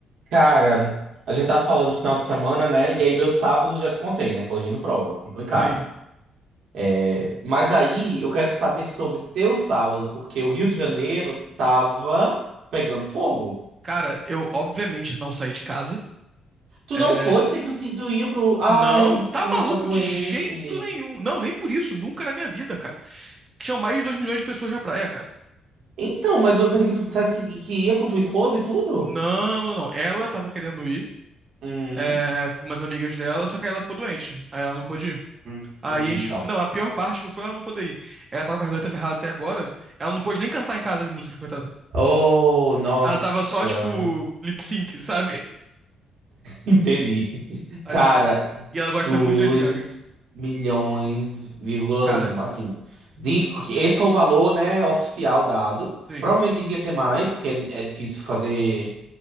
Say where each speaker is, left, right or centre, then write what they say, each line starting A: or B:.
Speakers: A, on the right (about 70°); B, on the right (about 30°).
A: Cara, a gente tá falando final de semana, né? E aí meu sábado já te contei, né? Corrigindo prova, complicado.
B: Sim.
A: É, mas aí eu quero saber sobre teu sábado, porque o Rio de Janeiro tava pegando fogo.
B: Cara, eu obviamente não saí de casa.
A: Tu
B: É,
A: não foi? Pensei que tu, te- tu ia pro. Ai,
B: Não, tá
A: tua mulher
B: maluco
A: tá doente.
B: de jeito nenhum. Não, nem por isso, nunca na minha vida, cara. Tinham mais de 2 milhões de pessoas na praia, cara.
A: Então, mas eu pensei que tu dissesse que, que ia com tua esposa e tudo?
B: Não, não, não. Ela tava querendo ir,
A: Hum,
B: é, com umas amigas dela, só que aí ela ficou doente. Aí ela não pôde ir.
A: entendi,
B: Aí a gente.
A: nossa.
B: Não, a pior parte não foi ela não poder ir. Ela tava com a garganta ferrada até agora. Ela não pôde nem cantar em casa as músicas, coitada.
A: Oh, nossa.
B: Ela tava só, tipo, lip sync, sabe?
A: Entendi.
B: Tadinha.
A: Cara,
B: E ela gosta
A: dois
B: muito de Lady Gaga.
A: milhões vírgula
B: Cara,
A: um, Assim, de, esse foi o valor, né, oficial dado.
B: sim,
A: Provavelmente devia ter mais, porque é, é difícil fazer